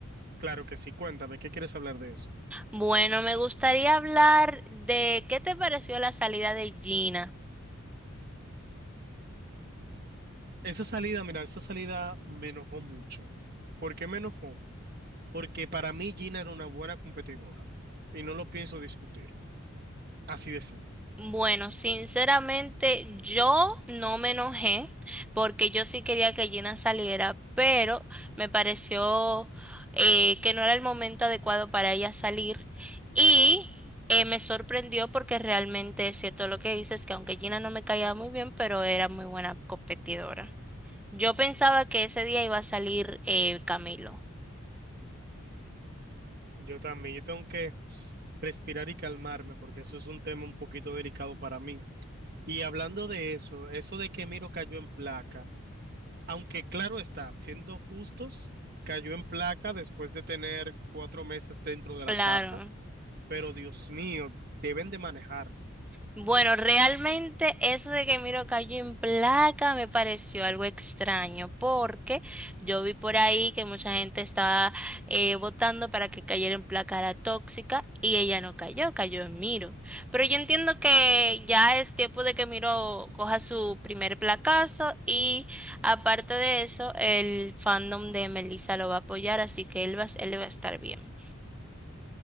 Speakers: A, on the right; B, in the centre.
A: Claro que sí, cuéntame, ¿qué quieres hablar de eso?
B: Bueno, me gustaría hablar de qué te pareció la salida de Gina.
A: Esa salida, mira, esa salida me enojó mucho. ¿Por qué me enojó? Porque para mí Gina era una buena competidora y no lo pienso discutir, así de simple.
B: Bueno, sinceramente yo no me enojé porque yo sí quería que Gina saliera, pero me pareció eh, que no era el momento adecuado para ella salir y eh, me sorprendió porque realmente es cierto lo que dices, que aunque Gina no me caía muy bien, pero era muy buena competidora. Yo pensaba que ese día iba a salir eh, Camilo.
A: Yo también, yo tengo que respirar y calmarme porque eso es un tema un poquito delicado para mí. Y hablando de eso, eso de que Miro cayó en placa, aunque claro está, siendo justos, cayó en placa después de tener cuatro meses dentro de
B: <laughs> Claro.
A: la casa, pero Dios mío, deben de manejarse.
B: Bueno, realmente eso de que Miro cayó en placa me pareció algo extraño, porque yo vi por ahí que mucha gente estaba eh, votando para que cayera en placa la tóxica y ella no cayó, cayó en Miro. Pero yo entiendo que ya es tiempo de que Miro coja su primer placazo y aparte de eso, el fandom de Melissa lo va a apoyar, así que él va, él va a estar bien.